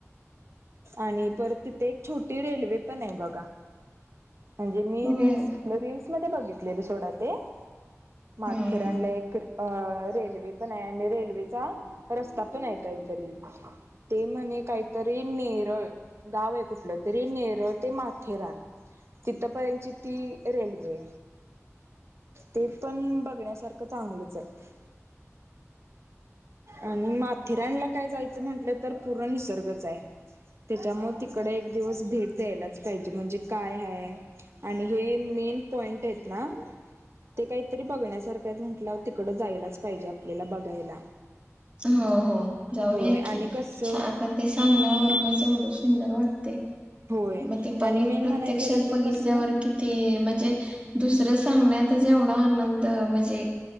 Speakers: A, on the right; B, on the right.
A: आणि परत तिथे एक छोटी रेल्वे पण आहे बघा म्हणजे मी
B: होय.
A: रिल्स रील्स मध्ये बघितलेले सोडा ते माथेरानला
B: हम्म
A: एक अ रेल्वे पण आहे आणि रेल्वेचा रस्ता पण आहे काहीतरी. ते म्हणे काहीतरी नेरळ गाव आहे कुठलं तरी नेरळ ते म माथेराण तिथंपर्यंतची ती रेल्वे. ते पण बघण्यासारखं चांगलच आहे. आणि माथेरानला काय जायचं म्हंटलं तर पुरा निसर्गच. त्याच्यामुळे तिकडे एक दिवस भेट द्यायलाच पाहिजे म्हणजे काय हाय? आणि हे मेन पॉइंट आहेत ना. ते काहीतरी बघण्यासारखं म्हटलं तिकडं जायलाच पाहिजे आपल्याला बघायला.
B: हो हो जाऊया
A: होय आणि
B: की
A: कसं
B: आता. ते सांगल्यावर म एवढं सुंदर वाटते.
A: होय
B: मग ते बघ
A: आणि मेन
B: प्रत्यक्षात
A: म्हणाय गेलं तर
B: बघितल्यावर
A: कसं
B: किती ते म्हणजे दुसरं सांगण्यातच एवढा आनंद म्हणजे